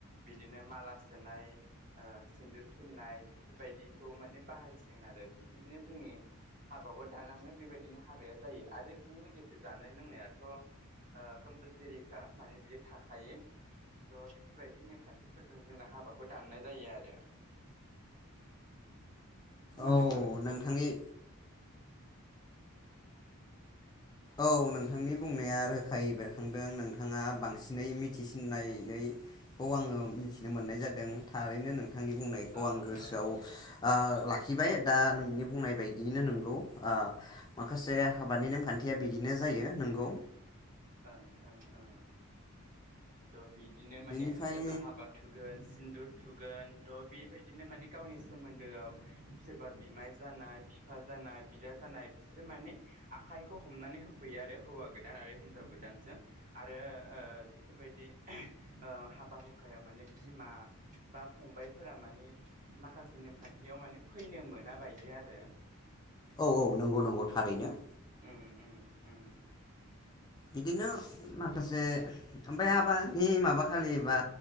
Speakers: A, on the right; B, on the left.
A: बिदिनो माला सोनाय ओ सिन्धुर फुननाय बेफोर बायदिखौ माने बाहाय सिगोन आरो बिदिनो जोंनि हाबाखौ दानलां बेबायदिनो हाबाया जायो आरो बेजों लोगोसे जानाय लोंनाया दं,, ररथ कम्पालथोरिखा माने बियो थाखायो थह बेफोरबायदि नेमखान्थिफोरजों जोंनो हाबा माबाखौ दाननाय जायो आरो। खोनादोंना
B: औ
A: नोंथां?
B: नोंथांनि औ नोंथांनि बुंनाया रोखायै बेरखांदों नोंथाङा बांसिनै मिथिसिन्नायैखौ
A: उम
B: आङो मिथिनो मोननाय जादों। थारैनो नोंङो नोंथांनि बुंनायखौ
A: ओ
B: आं गोसोआव
A: ओ
B: आ लाखिबाय दा नोंनि बुंनाय बायदियैनो नोंगौ ओ माखासे
A: ओ
B: हाबानि नेमखान्थि। बिदिनो जायो नोंगौ।
A: ओ ओ औ। <unintelligible> बिदिनो माने
B: बेनिफ्राय
A: जेब्ला हाबा थुगोन सिन्दुर थुगोन। थ' बेबायदिनो माने गावनि सोमोन्दोआव सोरबा बिमाय जानाय बिफा जानाय बिदा जानाय बिसोरो माने आखाइखौ हमनानै होफैयो आरो हौवा गोदान आरो हिनजाव गोदानजों आरो ओ बेफोरबायदि <unintelligible> ओ हाबा हुखायाव माने बिमा बा फंबायफोरा माने माखासे नेमखान्थियाव माने फैनो मोना बायदि आरो।
B: औ औ नोंगौ नोंगौ। थारैनो
A: उम उम उम
B: बिदिनो माखासे ओमफाय हाबानि माबा खालि बा